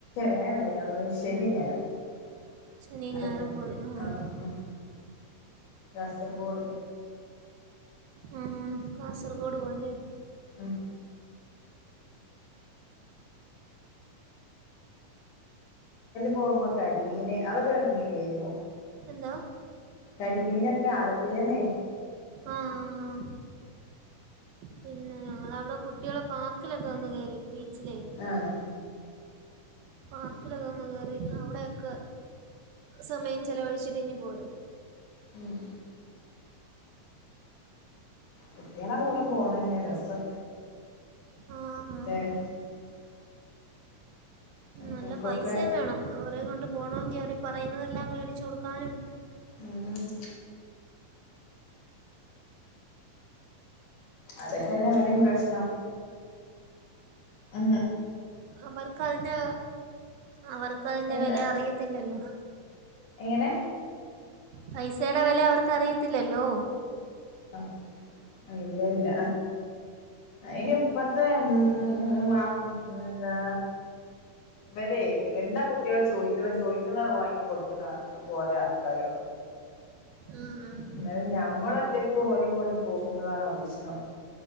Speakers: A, on the left; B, on the right.
A: വ്യാഴം അല്ല ശെനി ഞായറും
B: ശനിയും ഞായറും പോയി ആഹ്
A: ആ ആ കാസർഗോഡ്
B: ആ ഹ കാസർഗോഡ പോവല്ലേ
A: ഉം പോകുമ്പോ കരിമീന് അതൊക്കെ തിന്നില്ലെന്യോ
B: എന്താ
A: കരിമീനൊക്കെ ആലപ്പുഴേന്ന
B: ആഹ് ആഹ് പിന്നെ ഞങ്ങവിടെ കുട്ടികളെ പാർക്കിലൊക്കെ വന്ന് കേയറി ബീച്ചിലേ
A: ആഹ്
B: പാർക്കിലൊക്കെ വന്ന് കേറി അവിടെയക്കെ സമയം ചെലവഴിച്ചിട്ട ഇങ്ങ് പോരുന്നു
A: ഉം കുട്ടികളെ കൂടെ പോണന്നെ രസം
B: ആഹ്
A: <unintelligible>
B: ആണ്
A: മക്കൾക്കൊക്കെ
B: നല്ല പൈസയും വേണം അവരയും കൊണ്ട് പോണെങ്കിൽ അവര് പറയുന്നതെല്ലാം മേടിച്ചു കൊടുക്കാനും
A: ഉം അതൊക്കെ തന്നെ വിടെയും പ്രശ്നം ഉ
B: അവർക്കതിന്റെ അവർക്ക് അതിന്റെ
A: എന്താ
B: വില അറിയത്തില്ലല്ലോ
A: എങ്ങനെ
B: പൈസയുടെ വില അവർക്ക് അറിയത്തില്ലല്ലോ
A: ആ ഇല്ല ഇല്ല ഇനിപ്പത്തെ ഉ എന്താ വേല എന്താ കുട്ടികൾ ചോദിക്കണ ചോദിക്കുന്നാണ് വാങ്ങി കൊടുക്കണ പോലെ ആൾക്കാരോ
B: ആഹ്
A: എന്നത് ഞമ്മൾ ഒറ്റക്ക് ഓലും കൊണ്ട് പോകുമ്പോളാണോ പ്രശ്നം